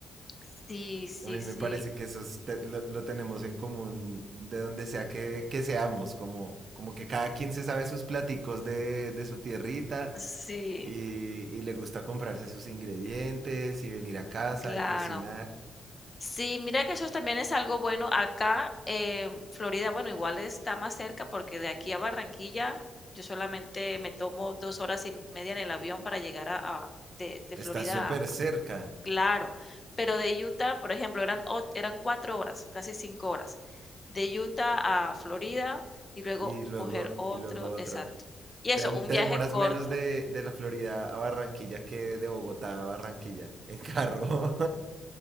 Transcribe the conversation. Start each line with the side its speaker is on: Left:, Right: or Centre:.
Left: Sí, sí,
Right: A mí me
Left: sí,
Right: parece que eso es te- lo, lo tenemos en común de donde sea que, que seamos, como, como que cada quien se sabe sus platicos de, de su tierrita
Left: sí,
Right: y, y le gusta comprarse sus ingredientes y venir a casa
Left: claro.
Right: y cocinar.
Left: Sí, mira que eso también es algo bueno. Acá, en Florida, bueno, igual está más cerca porque de aquí a Barranquilla yo solamente me tomo dos horas y media en el avión para llegar a, a- de, de
Right: Está
Left: Florida
Right: súper
Left: a
Right: cerca.
Left: Claro. Pero de Utah, por ejemplo, eran, ot- eran cuatro horas, casi cinco horas. De Utah a Florida y luego
Right: Y luego,
Left: coger otro,
Right: y luego otro.
Left: exacto. Y
Right: Te,
Left: eso,
Right: dem-
Left: un
Right: te
Left: viaje
Right: demoras
Left: corto.
Right: menos de, de la Florida a Barranquilla que de Bogotá a Barranquilla en carro.